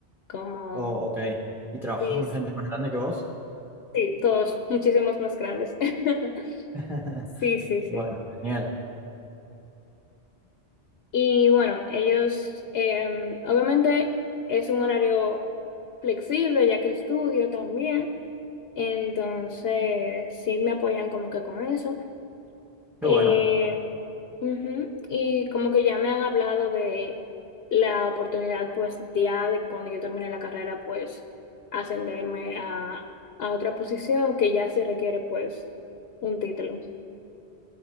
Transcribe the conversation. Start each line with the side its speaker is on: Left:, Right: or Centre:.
Left: como...
Centre: Oh, ok. ¿Y trabajas
Left: Sí,
Centre: con gente más grande que vos?
Left: Sí, todos, muchísimos más grandes. <laughs>
Centre: <laughs>
Left: Sí, sí, sí.
Centre: Bueno, genial.
Left: Y bueno, ellos, em, obviamente es un horario flexible ya que estudio también, entonces sí me apoyan como que con eso.
Centre: Qué
Left: Eh,
Centre: bueno.
Left: ujú, Y como que ya me han hablado de la oportunidad, pues ya de cuando yo termine la carrera, pues ascenderme a, a otra posición que ya se requiere pues un título.